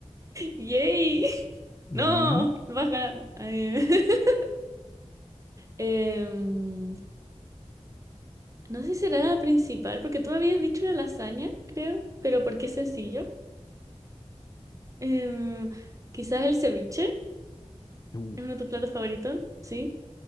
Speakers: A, on the right (about 25°); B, on the left (about 35°).
A: ¡Yay! <laughs>
B: ¿Y
A: ¡No!
B: el mío?
A: Vas ganando. Ay, eh. <laughs> Em, no sé si será la principal, porque tú habías dicho la lasaña, creo, pero porque es sencillo. Em, quizás el ceviche
B: Uh,
A: es uno de tus platos favoritos, ¿sí?